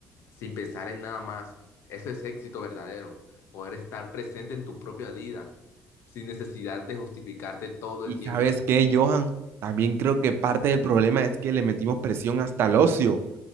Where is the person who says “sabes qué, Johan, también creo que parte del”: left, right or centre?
Right